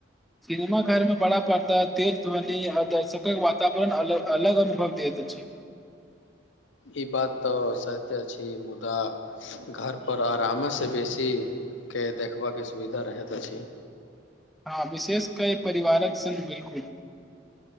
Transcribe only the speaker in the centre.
सिनेमा घर मे बड़ा पर्द तेज ध्वनि आ दर्शकक वातावरण अलग अलग अनुभव दैत अछि
हँ विशेष कय परिवारक सङ् बिल्कुल